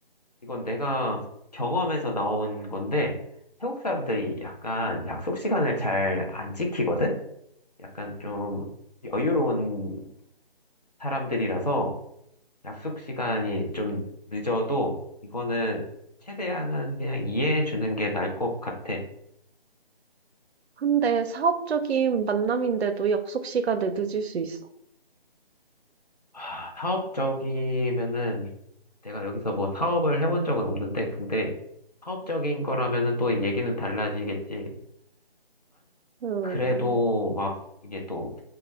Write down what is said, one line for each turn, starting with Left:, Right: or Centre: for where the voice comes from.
Left: 이건 내가 경험에서 나온 건데, 태국 사람들이 약간 약속 시간을 잘 안 지키거든? 약간 좀 여유로운 사람들이라서, 약속 시간이 좀 늦어도 이거는 최대한은 그냥 이해해 주는 게 나을 것 같아.
Right: 근데 사업적인 만남인데도 약속 시간에 늦을 수 있어?
Left: 아, 사업적이면은 내가 여기서 뭐 사업을 해본 적은 없는데 근데 사업적인 거라면은 또 얘기는 달라지겠지만
Right: 음.
Left: 그래도 막 이게 또